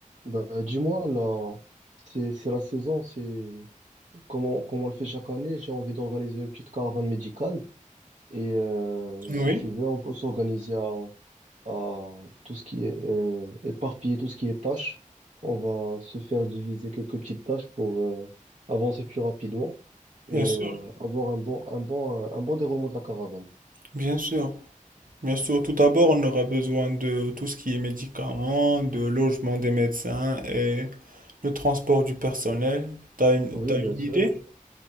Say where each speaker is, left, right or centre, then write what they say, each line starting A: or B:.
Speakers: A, on the right; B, on the right.
A: Bah, dis-moi, là, c'est, c'est la saison, c'est comment, comment on le fait chaque année. J'ai envie d'organiser une petite caravane médicale. Et euh,
B: Oui,
A: si tu veux, on peut s'organiser à, à tout ce qui est euh, éparpiller tout ce qui est tâches. On va se faire diviser quelques petites tâches pour euh, avancer plus rapidement et
B: bien
A: euh,
B: sûr,
A: avoir un bon, un bon, un bon déroulement de la caravane.
B: bien sûr. Bien sûr, tout d'abord, on aura besoin de tout ce qui est médicaments, de logement des médecins et le transport du personnel. T'as une,
A: Oui,
B: t'as
A: bien
B: une
A: sûr.
B: idée?